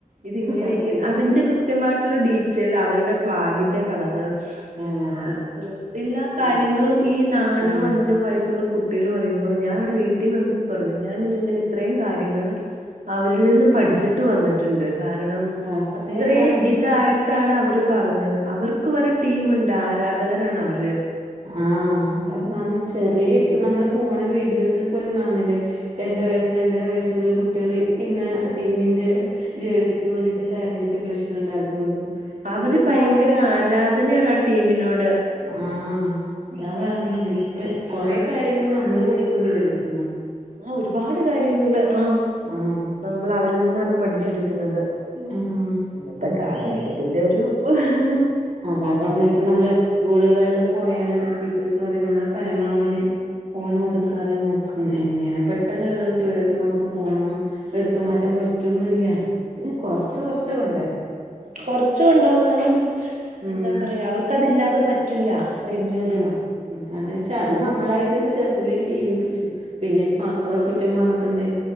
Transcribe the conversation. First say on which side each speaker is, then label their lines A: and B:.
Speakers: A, on the right (about 65°); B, on the right (about 45°).
A: ഇത് ഇങ്ങനെയൊക്കെ
B: സത്യം
A: അതിന്റെ കൃത്യ ത്യമായിട്ടുള്ള ഡീറ്റെയിൽ അവരുടെ ഫ്ളാഗിന്റെ കളറ്
B: കളറ്
A: ആഹ് എല്ലാ കാര്യങ്ങളും ഈ നാലോ
B: ഉം
A: അഞ്ച ഞ്ചോ വയസ്സുള്ള കുട്ടികൾ പറയ്മ്പൊ ഞാൻ ഇവിടെ വീട്ടി വന്നപ്പോ പറഞ്ഞു ഞാനിന്നിങ്ങന ഇത്രയും കാര്യങ്ങൾ അവരിൽ നിന്നും പഠിച്ചിട്ട് വന്നിട്ടിണ്ട്. കാരണം
B: സത്യായിട്ടാണ്
A: അത്രയും ഇതായിട്ട് ട്ടാണ് അവര് പറഞ്ഞത് അവർക്ക് വരെ ടീമ്ണ്ട് ആരാധകരാണ് അവർ ര
B: ആഹ് അതാ പറഞ്ഞെ ചെറി ഇപ്പ നമ്മള് ഫോണില് വീഡിയോസിൽ പോലും കാണുന്നില്ലേ രണ്ടു വയസ്സും രണ്ടര വയസ്സുള്ള കുട്ടികള് ഇന്ന് ടീവിന്റെ ജേഴ്സിക്ക് വേണ്ടിട്ട് കരഞ്ഞിറ്റ് പ്രശ്നം ഉണ്ടാക്കുന്നു. ഇതൊക്കെ
A: അവര് ഭയങ്കര
B: കാണല്
A: ആരാധനയാണ് ആ ടീമിനോട്.
B: ആഹ് ഇതാ പറഞ്ഞത് ഇപ്പ കൊറെ കാര്യങ്ങൾ നമ്മള് പഠിക്ക്ണത് വരെടുത്തുന്ന.
A: ആ ഒരുപാട് കാര്യങ്ങള് ആഹ്
B: ആഹ്
A: ഉം. നമ്മൾ അവരിൽ നിന്നാണ് പഠിച്ചെടുക്കുന്നത്.
B: ആഹ്
A: ഇന്നത്തെ
B: ഓക്കെ
A: കാലഘട്ടത്തിന്റെ ഒരു ഓഹ്
B: അതാ പറഞ്ഞ ഇപ്പ നമ്മളെ ഇസ്കൂളുകളിൽ പോയാലും ടീച്ചേഴസ് പറയും നിങ്ങള് പരമാവധി ഫോൺ കൊടുക്കാതെ നോക്ക്ന്ന്‌. എങ്ങനെ പെട്ടെന്ന് ഒരു ദിവസം ഇവരെടുത്തുന്ന് നമുക്ക് ഫോണൊന്നും എടുത്തു മാറ്റാൻ പറ്റൊന്നില്ല. പിന്നെ കൊറച്ച് കൊറച്ച് കൊണ്ടര.
A: കൊറച്ച്‌ കൊണ്ടോന്നാലും
B: ഉം
A: എന്താ പറയാ അവർക്കതില്ലാതെ പറ്റില്ല.
B: പറ്റൂല.
A: പിന്നെ
B: അത് വെച്ചാ അത് നമ്മളായിട്ട്ന്നെ ചെറുതിലേ ശീലിപ്പിച്ചു. പിനിപ്പോ മക്കള കുറ്റം പറഞ്ഞിട്ടെന്തേ